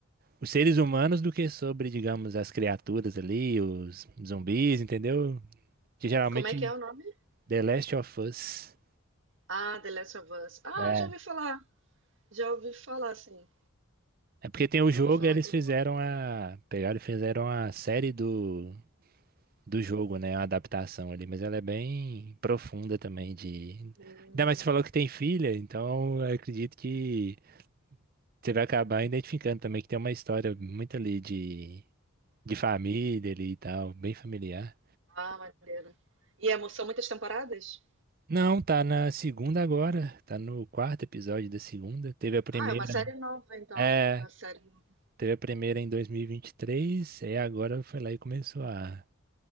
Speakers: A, on the right; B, on the right.
A: os seres humanos do que sobre, digamos, as criaturas ali, os zumbis, entendeu? Que geralmente
B: Como é que é o nome?
A: The Last of Us.
B: Ah, The Last of Us. Ah,
A: É.
B: já ouvi falar. Já ouvi falar, sim.
A: É porque tem o jogo
B: Já Ouvi falar
A: e eles
B: que
A: fizeram
B: é bom.
A: a. Pegaram e fizeram a série do do jogo, né? Uma adaptação ali, mas ela é bem profunda também de.
B: Hum.
A: Ainda mais você falou que tem filha, então eu acredito que você vai acabar identificando também que tem uma história muito ali de, de família ali e tal, bem familiar.
B: Ah, maneiro. E é, mo- são muitas temporadas?
A: Não, tá na segunda agora, tá no quarto episódio da segunda. Teve a primeira,
B: Ah, é uma série nova, então.
A: é,
B: Uma série nova.
A: teve a primeira em 2023, e vinte e três, e agora foi lá e começou a,